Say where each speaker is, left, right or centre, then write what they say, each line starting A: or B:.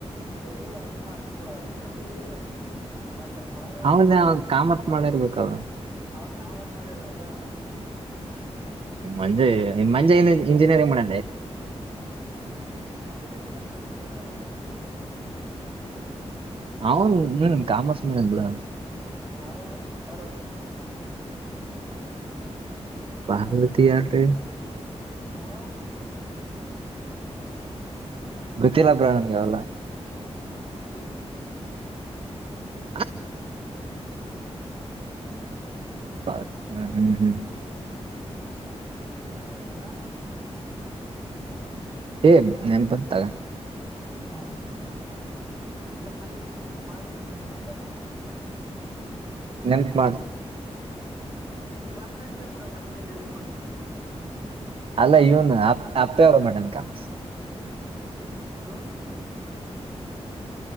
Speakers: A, on the right; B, on the right.
A: ಇಲ್ಲಪ್ಪ ಇವ ಶಬರಿ ಮತ್ತ ಪಾರ್ವತಿ
B: ಅವನ್ ಅವನ್ ಕಾಮರ್ಸ್ ಮಾಡಿರ್ಬೇಕ ಅವ
A: ಅವರು ಕಾಮಸ್ ಮಾಡಿದರ ಅವರು
B: ಮಂಜೆ ಮಂಜೆ ಇಂಜಿನಿಯರಿಂಗ್ ಮಾಡ
A: ಶಬರಿಯಿಂದ ನ ಶಬರಿ
B: ಅವನು ನನ್ ಕಾಮರ್ಸ್ ಮಾಡಲ್ ಬಿಡ
A: ಹ್ಮ್ ನಾವ ಮತ್ತರವಜ
B: ಬಂಬತಿ ಆಾರ <unintelligible>
A: ಹಾ
B: ಗೊತ್ತಿಲ್ಲ ಬ್ರೋ ನಂಗ್ ಅವೆಲ್ಲ
A: ಕೂಡ್ಲಿಕ್ಕೆ ಕೂಡ್ಲಿಕ್ಕೆ
B: ಹ
A: ಕೂಡ್ಲಿ
B: ಹಾ ಹ್ಮ್ ಹ್ಮ್
A: ಯಾರು ಬರ್ಲಿಲ್ಲಲ್ಲ
B: ಏ ನೆನ್ಪ್ಗ್ ತಗ
A: ಹಾ ಹಾ ಹಾ ಅದ ನನ ಬರ್ಲಿಕ್ಕಂತ ನೆನಪ ಮಾಡಿಸತಿದ್ದೇನೆ ಎಲ್ಲಾ
B: ನೆನ್ಪು ಮಾಡ.
A: ಅ ಬಂದಂಗಲ್ ಕೂಡ ಮತ್ತೆನ ನೆನಪ ಮಾಡ್ಸಲಿ.
B: ಅಲ್ಲ <unintelligible>
A: ಹಾ